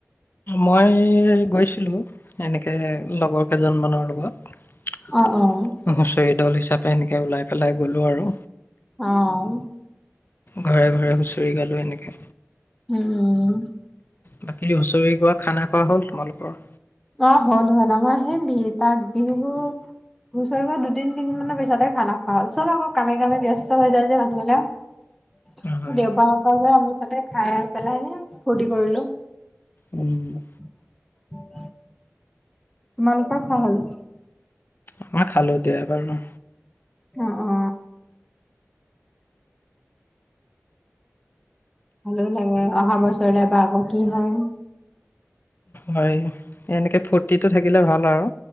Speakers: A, on the left; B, in the centre.
A: মই গৈছিলোঁ এনেকে লগৰ কেইজনমানৰ লগত
B: অ', অ',
A: <unintelligible> হুচৰি দল ত এনেকে ওলাই পেলাই গলো আৰু
B: অ',
A: ঘৰে ঘৰে ঘৰে হুঁচৰি গালোঁ এনেকে
B: উম উম
A: বাকী হুঁচৰি গোৱা খানা খোৱা হ'ল তোমালোকৰ
B: অ হল হল আমাৰ সেই বি তাত বিহুবোৰ হুচৰিব দুদিন তিনদিনৰ পিছততে খানা খোৱা হল চব আকৌ কামে কামে ব্যস্ত হৈ যায় যে মানুহবিলাক
A: হয়
B: দেওবাৰওবাৰ আমুচতে খাই পেলাই নে ফূুৰ্তি কৰিলো
A: উম <inaudible>
B: উ <inaudible> তোমালোকৰ খোৱা হল
A: আমাৰ খালো দিয়া বাৰু
B: অ অ ভালো লাগে অহা বছৰলে বা আকৌ কি হয়
A: হয় এনেকে ফূুৰ্তিটো থাকিলে ভাল আৰু